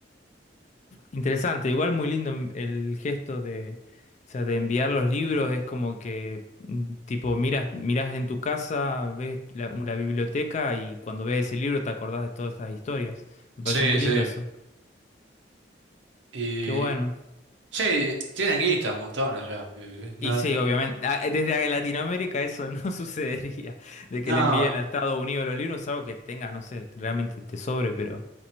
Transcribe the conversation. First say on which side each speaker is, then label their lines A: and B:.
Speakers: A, on the left (about 40°); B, on the right (about 80°).
A: Interesante, igual muy lindo el gesto de, o sea, de enviar los libros, es como que mm, tipo miras, miras en tu casa, ves la, la biblioteca y cuando ves ese libro te acordás de todas estas historias. Me
B: Sí,
A: parece muy
B: sí.
A: lindo eso.
B: Y
A: Qué bueno.
B: sí, tienen guita un montón allá. eh, eh, No,
A: Y sí, obviamente, ah, eh, desde Latinoamérica eso no <laughs> sucedería, de
B: no,
A: que le envíen a Estados Unidos los libros, algo que tengas, no sé, realmente te sobre, pero